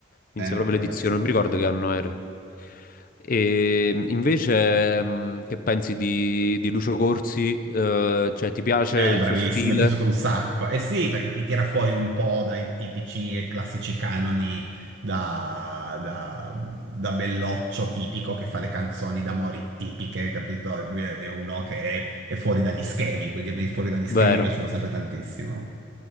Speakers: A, on the left (about 45°); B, on the right (about 70°).
A: Inizia
B: Eh, ma
A: proprio
B: quella
A: l'edizione,
B: canzone...
A: non mi ricordo che anno era. E invece, mh, che pensi di, di Lucio Corsi? Eh, cioè, ti piace
B: Eh,
A: il
B: bravissimo,
A: suo stile?
B: mi è piaciuto un sacco. Eh sì, perché ti tira fuori un po' dai tipici e classici canoni da, da- da belloccio tipico che fa le canzoni d'amore tipiche, capito? E Lui è, è uno che è, è fuori dagli schemi, quindi a me i fuori dagli schemi
A: Vero.
B: mi piacciono sempre tantissimo.